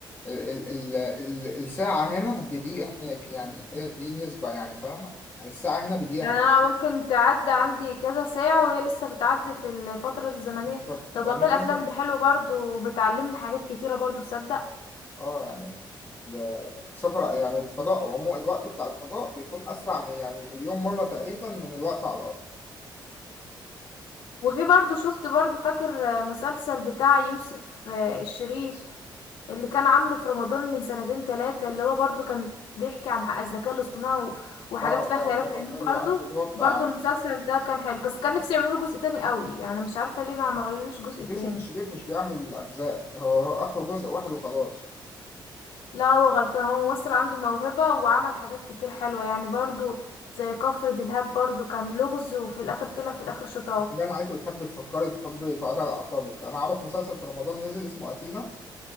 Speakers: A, on the left; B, on the left.
A: ال ال ال الساعة هنا بدقيقة هناك يعني دي, دي نسبة يعني فاهمة يعني الساعة هنا بدقيقة
B: يعني
A: هناك
B: انا ممكن تعدي عندي كذا ساعة وهي لسه بتعدي في الفترة الزمنية
A: بالظبط
B: طب
A: يعني
B: والله
A: أنت
B: الافلام
A: مثلا
B: دي حلوة برضو وبتعلمني حاجات كتيرة برضو تصدق
A: أه يعني ال- السفر يعني الفضاء عموما الوقت بتاع الفضاء بيكون أسرع من يعني مليون مرة تقريبا من الوقت على الأرض
B: وفي برضو شفت برضو فاكر آه، مسلسل بتاع يوسف آه، الشريف اللي كان عامله في رمضان من سنتين تلاتة اللي هو برضو كان بيحكي عن حق الذكاء الاصطناعي و- وحاجات
A: اه
B: فيها
A: اه
B: خيالات
A: اللي هو-
B: علمية
A: ايوه
B: برضو
A: عارف اللي هو بتاع
B: برضو المسلسل ده كان حلو بس كان نفسي يعملوا جزء تاني قوي يعني مش عارفة ليه ما عملولوش جزء تاني
A: يوسف الشريف مش بيعمل أجزاء هو هو آخره جزء واحد وخلاص
B: لا هو غلطان هو ممثل عنده موهبة وعمل حاجات كتير حلوة يعني برضو زي كفر دلهاب برضو كان لغز وفي الآخر طلع في الآخر شطاه
A: كده أنا عليك بتحب تفكري وتحب تقعدي على أعصابك أنا أعرف مسلسل في رمضان نزل اسمه أتينا